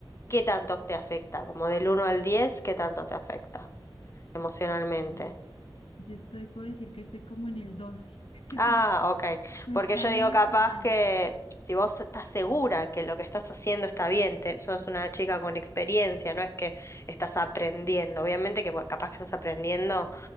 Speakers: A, on the left; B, on the left.
A: qué tanto te afecta? Como del uno al diez ¿qué tanto te afecta emocionalmente?
B: Ujú. Yo estoy, puedo decir que estoy como en el doce <laughs>
A: Ah, ok.
B: Se
A: Porque
B: sale
A: yo digo capaz
B: total.
A: que si vos estás segura que lo que estás haciendo está bien, te- sos una chica con experiencia, no es que estás aprendiendo. Obviamente que bueno, capaz que estás aprendiendo